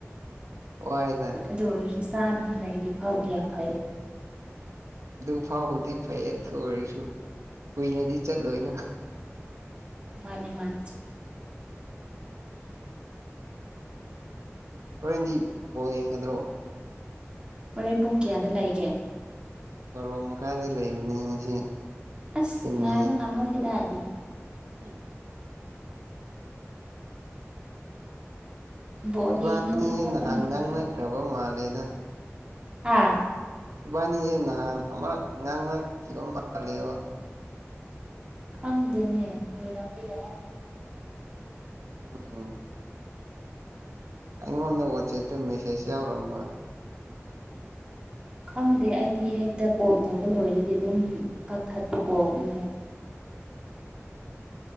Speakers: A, on the right; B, on the right.
A: ꯋꯥꯏꯗ
B: ꯑꯗꯨ ꯑꯣꯏꯔꯁꯨ ꯆꯥꯅꯕ ꯂꯩꯔꯤ ꯐꯥꯎꯗꯤ ꯌꯥꯝ ꯐꯩꯌꯦ
A: ꯑꯗꯨ ꯐꯥꯎꯕꯨꯗꯤ ꯐꯩꯌꯦ ꯑꯗꯨ ꯑꯣꯏꯔꯁꯨ ꯀꯨꯏꯅꯗꯤ ꯆꯠꯂꯣꯏꯅ
B: ꯃꯥꯅꯦ ꯃꯥꯥꯟꯅꯦ
A: ꯍꯣꯔꯦꯟꯗꯤ ꯕꯣꯜ ꯌꯦꯡꯒꯗ꯭ꯔꯣ
B: ꯍꯣꯔꯦꯟ ꯄꯨꯡ ꯀꯌꯥꯗ ꯂꯩꯒꯦ
A: ꯕꯥꯔꯣ ꯃꯈꯥꯏꯗ ꯂꯩꯕꯅꯦ ꯉꯁꯤ
B: ꯑꯁ
A: ꯁꯤꯃꯤ
B: ꯉꯥꯏꯕ ꯉꯝꯃꯣꯏ ꯀꯗꯥꯏꯗꯒꯤ
A: <unintelligible>
B: ꯕꯣꯜ
A: ꯏꯕꯥꯅꯤꯑꯦ
B: ꯌꯦꯡꯉꯗꯤ ꯍꯧꯒꯠꯄ
A: ꯅꯥꯍꯟ
B: ꯉꯝꯗꯦꯅꯦ
A: ꯉꯥꯡꯅꯈ꯭ꯔꯕ ꯃꯥꯜꯂꯦꯗ
B: ꯍꯥꯥ
A: ꯏꯕꯥꯅꯤꯖꯦ ꯅꯍꯥꯟ ꯑꯃꯥꯔꯛ ꯉꯥꯡꯅꯈꯤꯕ ꯃꯥꯥꯜꯂꯦꯕ
B: ꯈꯪꯗꯦꯅꯦ ꯑꯣꯏꯔꯝꯕ ꯌꯥꯏ
A: ꯎꯝ <unintelligible> ꯑꯩꯉꯣꯟꯗ ꯋꯥꯆꯦꯞꯇ ꯃꯦꯁꯦꯖ ꯌꯥꯎꯔꯝꯕ
B: ꯈꯪꯗꯦ ꯑꯩꯗꯤ ꯍꯦꯛꯇ ꯀꯣꯜ ꯇꯧꯕ ꯂꯣꯏꯔꯗꯤ ꯑꯗꯨꯝ ꯀꯛꯊꯠꯄꯀꯣ ꯅꯝꯕ꯭ꯔ